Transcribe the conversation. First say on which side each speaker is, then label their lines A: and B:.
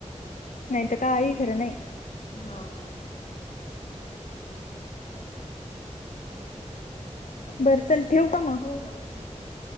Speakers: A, on the left (about 85°); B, on the left (about 60°).
A: नाहीत काही खरं नाही.
B: हो
A: बरं चल, ठेऊ का म?
B: हो हो ठीक आहे ठीक